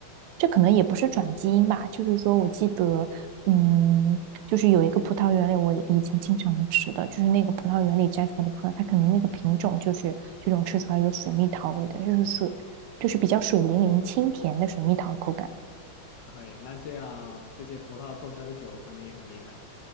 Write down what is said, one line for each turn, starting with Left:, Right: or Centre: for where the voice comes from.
Right: 这可能也不是转基因吧，就是说我记得，嗯，就是有一个葡萄园里，我以前经常吃的，就是那个葡萄园里摘出来的葡萄，它可能那个品种就是这种吃出来有水蜜桃味的，就是水，就是比较水灵灵、清甜的水蜜桃口感。
Left: 可以，那这样这些葡萄做出来的酒可能也很厉害了。